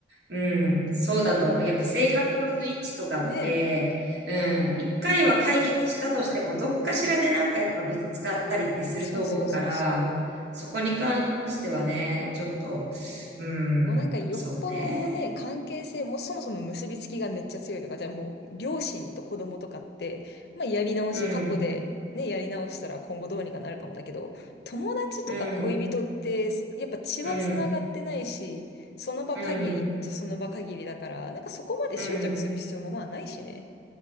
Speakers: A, on the right; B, on the left.
A: うん、そうだと思う。やっぱ性格の不一致とかって、
B: ねえ。
A: うん、一回は解決したとしても、どっかしらでなんかやっぱぶつかったりってすると思うから、
B: そうそうそうそう。
A: そこに関してはね、ちょっと、うん、
B: もうなんかよっぽどね、
A: そうね。
B: 関係性もうそもそも結びつきがめっちゃ強いとか、じゃあもう両親と子供とかって、まあやり直し、
A: うん、
B: 過去でね、やり直したら今後どうにかなるかもだけど、友達とか恋人って、
A: うん、
B: やっぱ血は繋がってないし、
A: うん、
B: その場限りじゃその場限りだから、
A: うん、
B: なんかそこまで執着する必要もまあないしね。
A: うん。